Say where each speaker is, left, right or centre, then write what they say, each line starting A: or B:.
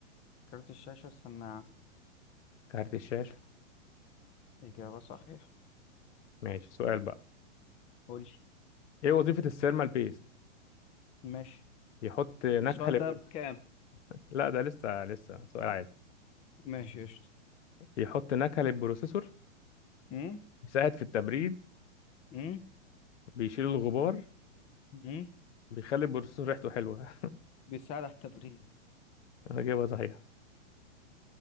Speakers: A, on the left; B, on the left.
A: كارت الشاشة السماعة
B: كارت الشاشة
A: إجابة صحيح
B: ماشي سؤال بقى
A: قولي
B: ايه وظيفة السيرمال بيست
A: ماشي
B: يحط نكهة
A: السؤال
B: للبروسيسور
A: ده بكام؟
B: لا ده لسه لسه سؤال عادي
A: ماشي قشطة
B: يحط نكهة للبروسيسور
A: أمم؟
B: يساعد في التبريد
A: أمم؟
B: بيشيل الغبار
A: أمم؟
B: بيخلي البروسيسور ريحته حلوة <laughs>
A: بيساعد على التبريد
B: انا جايبها صحيح